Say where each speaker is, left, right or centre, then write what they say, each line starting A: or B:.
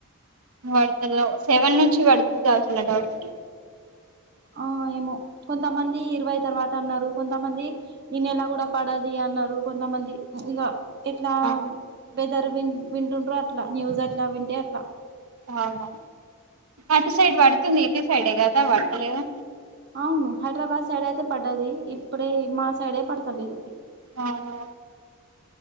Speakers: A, on the right; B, on the right.
A: వడుతుంది సెవెన్ నుంచి వడుతది కావచ్చు నా డౌట్ కి
B: ఆ ఏమో కొంతమంది ఇరవై తర్వాత అన్నారు కొంతమంది ఈ నెల కూడా పడది ఆ అన్నారు కొంతమంది ఇగ ఆ ఎట్లా
A: ఆ
B: వెదర్ వి వింటుండ్రో అట్లా న్యూస్ అట్లా వింటే అట్లా
A: అవునా అటు సైడ్ పడుతుంది ఇటు సైడే కదా పడతలేదు
B: అవును హైదరాబాద్ సైడ్ అయితే పడ్డది ఇప్పుడే మా సైడే పడత లేదు
A: అవును